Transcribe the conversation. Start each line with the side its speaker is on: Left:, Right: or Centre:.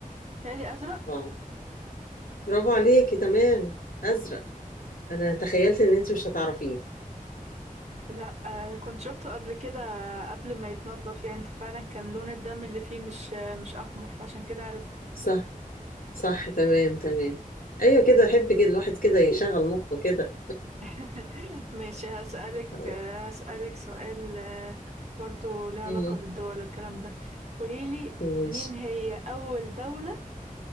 Right: تهيألي أزرق
Left: اه برافو عليكي تمام أزرق أنا تخيلت إن أنت مش هتعرفيه
Right: لا آه كنت شفته قبل كده آه، قبل ما يتنضف يعني فعلا كان لون الدم اللي فيه مش آه، مش أحمر فعشان كده عرفته
Left: صح صح تمام تمام أيوة كده أحب كده الواحد كده يشغل مخه كده
Right: <laughs> ماشي هسألك
Left: تمام
Right: آه هسألك سؤال آه برضو ليه علاقة
Left: مم،
Right: بالدول والكلام ده قوليلي
Left: ماشي
Right: مين هي أول دولة